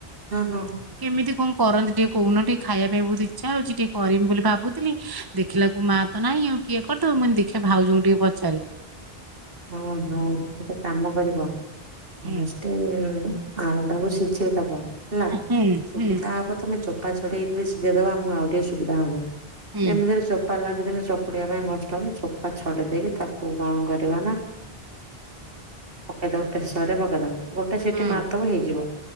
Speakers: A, on the right; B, on the right.
A: ଓହୋ।
B: କେମିତି କଣ କରନ୍ତି ଟିକେ କୋଉନ ଟିକେ ଖାଇବା ପାଇଁ ବହୁତ ଇଚ୍ଛା ହଉଛି ଟିକେ। କରିମି ବୋଲି ଭାବୁଥିଲି ଦେଖିଲାକୁ ମା ତ ନାହିଁ ଆଉ କିଏ କରିଦବ। ମୁଁ କଇନି ଦେଖିଆ ଭାଉଜଙ୍କୁ ଟିକେ ପଚାରେ।
A: ଓହୋ ଗୋଟେ କାମ କରିବ
B: ହୁଁ
A: ଫାଷ୍ଟ ଗୋଟାଏ ଆଳୁଟାକୁ ସିଝେଇଦବ ହେଲା।
B: ହୁଁ
A: ସୁବିଧା
B: ହୁଁ
A: ହବ ତମେ ଚୋପା ଛଡେଇକି ସିଝେଇ ଦବ ଆମକୁ ଆଉ ଟିକେ ସୁବିଧା ହବ।
B: ହୁଁ
A: ଏମିତିରେ ଚୋ ଚୋପା ଲାଗିଥିଲେ ଚକଟିବା ପାଇଁ କଷ୍ଟ ହବ ଚୋପା ଛଡେଇ ଦେଇକି ତାକୁ କଣ କରି <unintelligible> ପକେଇଦବ ପ୍ରେସରରେ ପକେଇଦବ ଗୋଟେ ସିଟି
B: ହଁ
A: ମାରିଦବ ହେଇଯିବ।